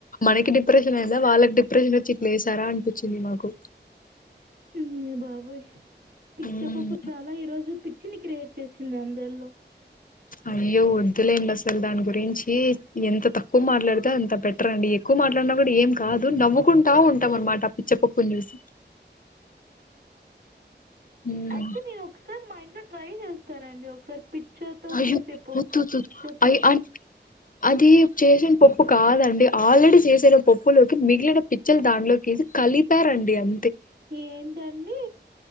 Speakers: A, on the left (about 50°); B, on the right (about 60°).
A: మనకి డిప్రెషన్ అయ్యిందా, వాళ్ళకి డిప్రెషన్ వచ్చి ఇట్ల చేసారా అనిపిచ్చింది మాకు.
B: అయ్య బాబోయ్ పిచ్చ
A: ఉమ్,
B: పప్పు చాలా ఈ రోజు పి చ్చిని క్రియేట్ చేసింది అందరిలో.
A: అయ్యో వద్దులేండి అసలు దాని గురించి ఎంత తక్కువ మాట్లాడితే అంత బెటర్ అండి. ఎక్కువ మాట్లాడినా కూడా ఏం కాదు, నవ్వుకుంటా ఉంటాం అనమాట ఆ పిచ్చపప్పుని చూసి. ఉమ్,
B: అయితే నేను ఒకసారి మా ఇంట్లో ట్రై చేస్తానండి ఒకసారి. పిచ్చతో
A: అయ్యో
B: చేసే పప్పు
A: వద్దు వద్దు
B: పిచ్చ పప్పు.
A: అ అది చేసిన పప్పు కాదండి, ఆల్రెడీ చేసిన పప్పులోకి మిగిలిన పిచ్చలు దాంట్లోకేసి కలిపారండి అది.
B: ఏంటండి